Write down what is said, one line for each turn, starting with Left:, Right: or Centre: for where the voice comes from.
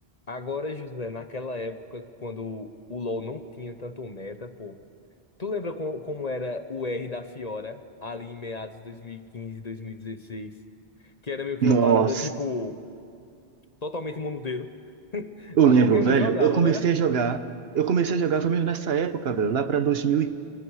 Left: Agora, José, naquela época, quando o LoL não tinha tanto meta, pô. Tu lembra co- como era o R da Fiora, ali em meados de 2015, 2016? Que era meio que
Right: Nossa,
Left: uma parada, tipo, totalmente monodedo. <laughs>
Right: eu
Left: Ah,
Right: lembro,
Left: Qualquer
Right: velho.
Left: um jogava,
Right: Eu comecei
Left: não era?
Right: a jogar. Eu comecei a jogar foi mesmo nessa época, velho, lá pra dois mil e